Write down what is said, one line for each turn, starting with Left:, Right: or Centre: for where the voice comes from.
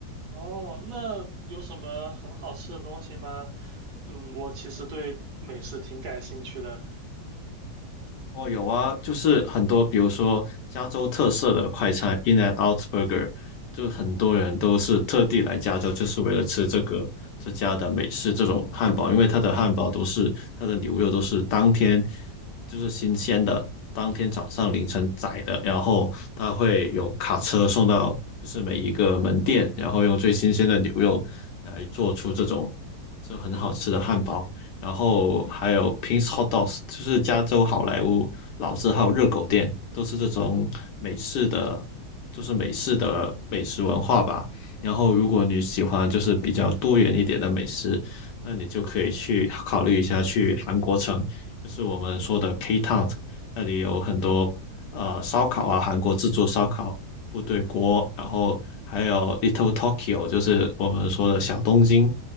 Right: 哦，那有什么很好吃的东西吗？嗯，我其实对美食挺感兴趣的。
Left: 哦，有啊，就是很多，比如说加州特色的快餐 In and Out Burger，就很多人都是特地来加州，就是为了吃这个这家的美式这种汉堡，因为它的汉堡都是它的牛肉都是当天就是新鲜的，当天早上凌晨宰的，然后它会有卡车送到就是每一个门店，然后用最新鲜的牛肉来做出这种这很好吃的汉堡。然后还有 Ping's Hot Dogs，就是加州好莱坞老字号热狗店，都是这种美式的，
Right: 哦
Left: 就是美式的美食文化吧。然后如果你喜欢就是比较多元一点的美食，那你就可以去考虑一下去韩国城，就是我们说的 K Town，那里有很多呃烧烤啊，韩国自助烧烤、部队锅，然后还有 Little Tokyo，就是我们说的小东京。